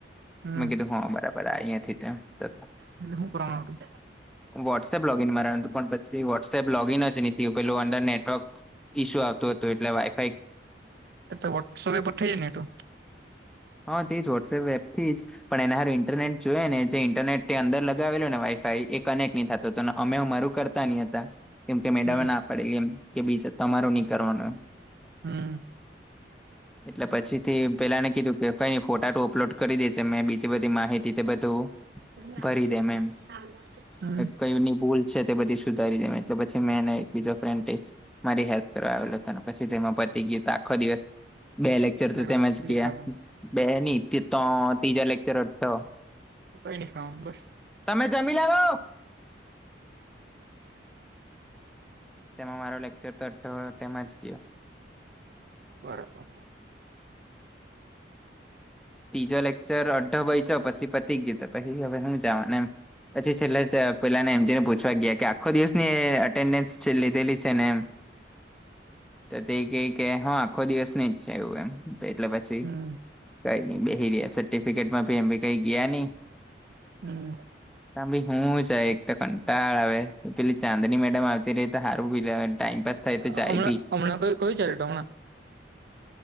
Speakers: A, on the right (about 55°); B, in the centre.
A: હમ
B: મે કીધું હા બરાબર અહીંયા થી
A: એટલે હું કરવાનું હતું
B: એમ વોટ્સઅપ લોગ ઇન મારવાન હતું પણ પછી તે. વોટ્સએપ લોગિન જ ની થયું પેલું અંદર નેટવર્ક ઈશ્યુ આવતું એટલે વાઈ
A: એ તો વોટ્સઅપ પર થઇ જાય ને એતો
B: હા તે જ વોટ્સએપ એપથી જ પણ એના હારુ ઇન્ટરનેટ જોયએ ને જે ઇન્ટરનેટ અંદર લગાવેલો ને વાઈફાઈ એ કનેક્ટ નહી થતો હતો અમે અમારું કર તા ની હતા કેમ કે મેડમે
A: હમ
B: ના પાડેલી એમ કે બીજ તમારુ નહી કરવાનું એમ
A: હમ્મ.
B: એટલે પછી. થી પેલાને કીધું કે કઈને ફોટા તો અપલોડ કરી દે જે મે બીજી બધી માહિતી તો બધું.
A: <unintelligible>
B: ભરી દેમ એમ
A: હમ
B: કયુંની ભૂલ છે તે બધી સુધારી દેમે એટલે પછી મે એને એક બીજો ફ્રેંટે મારી હેલ્પ કરવા આવેલો હતો પછી તેમાં પતિ ગયું તો આખો દિવસ. બે લેક્ચર
A: મેરું
B: તો તેમજ કયા
A: ખાવાનું
B: બે નહી તો ત્રીજા લેક્ચર હતો.
A: તો કઈ. ને ખાઉ બસ
B: તમે જમી લેવો. તેમાં મારો લેક્ચર તોથ તેમાંજ કયો.
A: બરાબર.
B: ત્રીજો લેકચર અડધો બય ચો પછી પતિક ગીતો પછી હવે જવા ને એમ. પછી છેલ્લા પેલાને એમ જેને પૂછવા ગયા કે આખો દિવસનીન્ડ લીધેલી છે ને એમ. તો તે ક કે હા આખો દિવસ ની જ છે એવું એમ એટલે પછી.
A: હમ
B: કઈ નઈ બેરહ્યા સર્ટિફિકેટમાંભી એભી કઈ ગયા નઈ.
A: હમ
B: તં ભી હું જાય એક તો કંટાળ આવે. પેલી ચાંદની મેડમ આવતી ત્યાર હારુ ઊંઘવર્ ટાઈમપાસ થાય
A: હમણાં
B: તો જચાય પી.
A: હમણાં કોઈ કોઈ ચાલેટોના